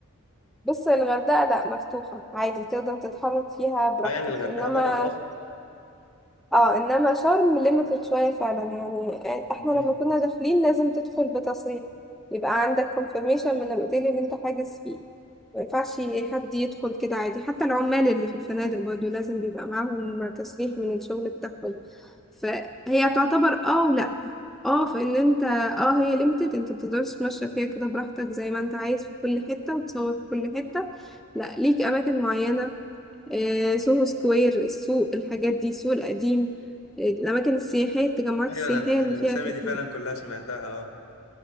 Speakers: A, in the centre; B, on the left.
A: بص الغردقة لا مفتوحة عادي تقدر تتحرك فيها براحتك
B: اه يعني الغردقة
A: انما
B: بلد
A: اه انما شرم ليميتد شويه فعلا يعني
B: اصلا
A: احنا لما كنا داخلين لازم تدخل بتصريح يبقى عندك كونفirmation من الاوتيل اللي انت حاجز فيه ما ينفعش حد يدخل كده عادي حتى العمال اللي في الفنادق برضه لازم بيبقى معاهم تصريح من الشغل بتاعهم فهي تعتبر اه ولا اه فان انت اه هي ليميتد انت بتقدرش تمشى فيها كده براحتك زي ما انت عايز في كل حته وتصور في كل حته لا ليك اماكن معينه آه، سوهو سكوير السوق الحاجات دي السوق القديم آه، الأماكن السياحية التجمعات
B: ايوه
A: السياحية
B: انا الح-
A: اللي
B: الاسامي
A: فيها كافيهات
B: دي فعلا كلها سمعتها اه